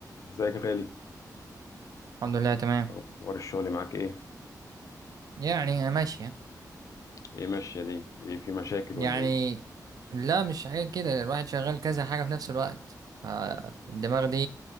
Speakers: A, on the left (about 55°); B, on the right (about 65°).
A: ازيك يا غالي
B: الحمد لله تمام
A: اخبار الشغل معاك ايه
B: يعني ماشية يعني
A: ايه ماشيه دي ايه في مشاكل
B: يعني
A: ولا ايه
B: لا مش حاجة كده الواحد شغال كذا حاجة في نفس الوقت فالدماغ دي